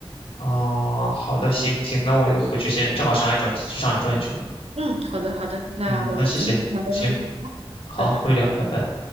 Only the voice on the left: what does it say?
哦，好的，行行，那我回去先，正好上海转机，去上海转一圈嘛。
嗯，那谢谢，行，
好，
会聊，拜拜。